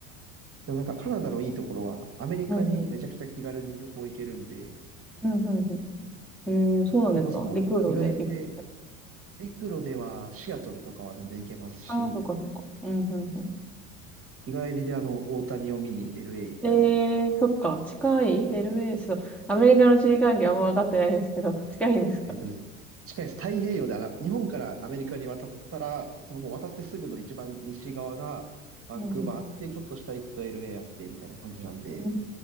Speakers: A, on the right; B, in the centre.
A: でもなんかカナダのいいところは、
B: う
A: アメリカにめちゃくちゃ気軽に旅行行けるんで、
B: ん、うん。うん、うん、うん。へえ、そうなんですか陸路で行く。
A: それこそもう日帰りで、陸路ではシアトルとかは全然行けますし、
B: ああ、そっかそっか。うん、うん、うん。
A: 日帰りであの、大谷を見に LA 行ったり、
B: ええー、そっか。近い ?LA、ちょっと、アメリカの地理関係あんま分かってないですけど、<laughs> 近いんですか
A: えっとです。近いです。太平洋であの日本からアメリカに渡ったら、そのもう渡ってすぐの一番西側がバンクーバーあって、
B: うん。う
A: ちょっと下行くと LA あって、みたいな感じなんで、
B: ー